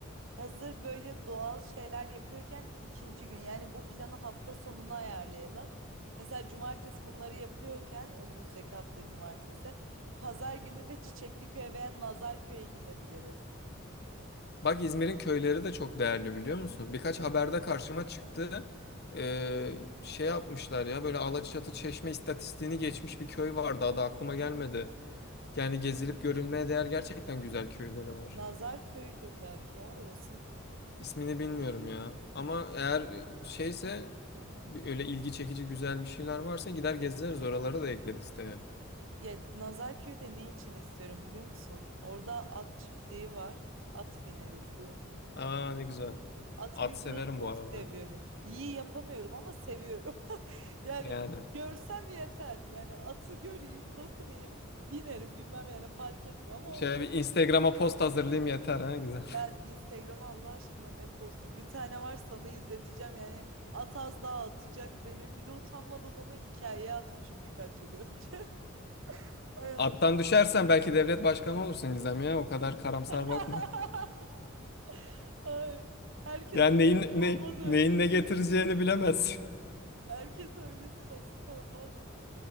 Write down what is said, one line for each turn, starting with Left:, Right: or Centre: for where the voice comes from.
Right: Hazır böyle doğal şeyler yapıyorken ikinci gün yani bu planı hafta sonuna ayarlayalım. Mesela cumartesi bunları yapıyorken önümüzdeki hafta cumartesi pazar günü de Çiçekliköy'e veya Nazarköy'e gidebiliriz.
Left: Bak İzmir'in köyleri de çok değerli biliyor musun? Birkaç
Right: Evet.
Left: haberde karşıma çıktı. Ee, şey yapmışlar ya böyle Alaçatı Çeşme istatistiğini geçmiş bir köy vardı adı aklıma gelmedi. Yani gezilip görülmeye değer gerçekten güzel köyleri var.
Right: Nazarköy'dür belki ya orası.
Left: İsmini bilmiyorum ya. Ama eğer e, şeyse öyle ilgi çekici güzel bir şeyler varsa gider gezeriz oraları da ekleriz tabii.
Right: Ya Nazarköy'de ne için istiyorum biliyor musun? Orada at çiftliği var. At bineriz diye.
Left: Aa ne güzel.
Right: At
Left: At
Right: binmeyi
Left: severim
Right: çok
Left: bu arada.
Right: seviyorum. İyi yapamıyorum ama seviyorum. Yani
Left: Yani
Right: görsem yeter. Yani atı göreyim, dokunayım, binerim bilmem yani fark etmiyor ama
Left: şöyle
Right: o
Left: bir Instagram'a post hazırlayayım yeter ha güzel.
Right: yani Instagram'a Allah aşkına ne postu. Bir tane var sana izleteceğim yani at az daha atacak beni. Bir de utanmadan onu hikayeye atmışım birkaç yıl önce. <laughs> Ay Allah.
Left: Attan düşersen belki devlet başkanı olursun Gizem ya. O kadar karamsar
Right: <laughs>
Left: bakma.
Right: Ay. Herkese
Left: Yani neyin
Right: nasip
Left: ne,
Right: olmaz öyle.
Left: neyin ne getireceğini bilemezsin. <laughs>
Right: Herkese öylesi nasip olmaz.